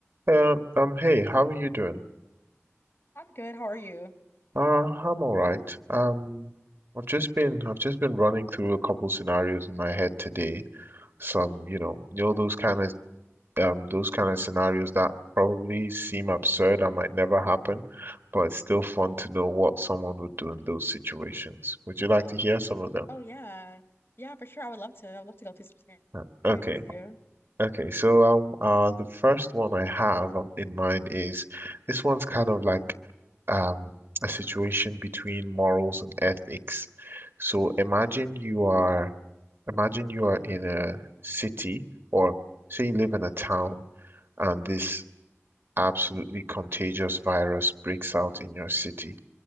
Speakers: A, on the right (about 55°); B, on the left (about 55°).
A: Um, um, hey, how are you doing?
B: I'm good. How are you?
A: Uh, I'm all right. Um, I've just been I've just been running through a couple scenarios in my head today. Some, you know, you know those kind of um those kind of scenarios that probably seem absurd and might never happen, but it's still fun to know what someone would do in those situations. Would you like to hear some of them?
B: Oh yeah. Yeah, for sure. I would love to. I would love to go through some
A: Uh, Okay.
B: scenarios with you.
A: Okay, so um, uh, the first one I have um, in mind is this one's kind of like um a situation between morals and ethics. So imagine you are,
B: Mm,
A: imagine you are in a city, or say you live in a town, and this absolutely
B: Hmm.
A: contagious virus breaks out in your city.